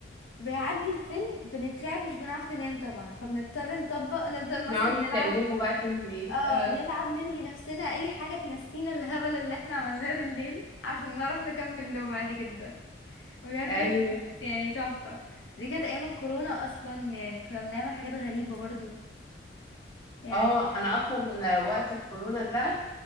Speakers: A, on the left; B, on the left.
A: بيعدي الفيلم بنترعب مش بنعرف ننام طبعا فبنضطر نطبق نفضل مثلا
B: نقعد
A: نلعب
B: نتكلموا بقى كل ايه
A: اه
B: اه
A: نلعب نلهي نفسنا اي حاجة تنسينا الهبل اللي احنا عملناه بالليل عشان نعرف نكمل نوم عادي جدا بجد
B: ايوه
A: كانت يعني تحفة دي كانت ايام الكورونا اصلا يعني كنا بنعمل حاجات غريبة برضو يعني
B: اه انا اصلا وقت الكورونا ده